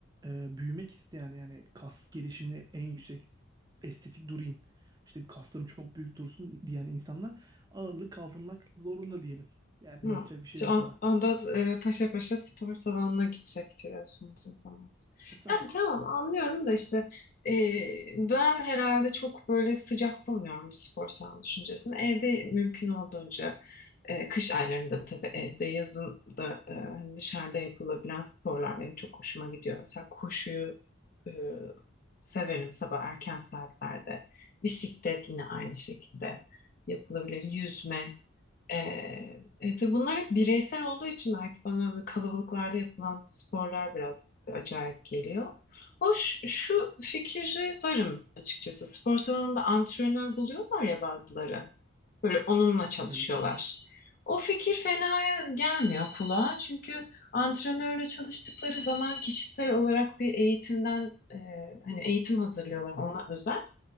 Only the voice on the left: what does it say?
Hı.
Şu
an-
Onda e, paşa paşa spor salonuna gidecek diyorsunuz o zaman.
Yani tamam anlıyorum da işte e, ben herhalde çok böyle sıcak bulmuyorum bu spor salonu düşüncesini. Evde mümkün olduğunca e, kış aylarında tabii evde yazın da e, hani dışarıda yapılabilen sporlar benim çok hoşuma gidiyor. Mesela koşuyu e, severim sabah erken saatlerde. Bisiklet yine aynı şekilde yapılabilir. Yüzme. Ee, e, tabii bunlar hep bireysel olduğu için belki bana böyle kalabalıklarda yapılan sporlar biraz acayip geliyor. Hoş şu fikri varım açıkçası. Spor salonunda antrenör buluyorlar ya bazıları. Böyle onunla çalışıyorlar.
O fikir fena gelmiyor kulağa. Çünkü antrenörle çalıştıkları zaman kişisel olarak bir eğitimden e, hani eğitim hazırlıyorlar ona özel.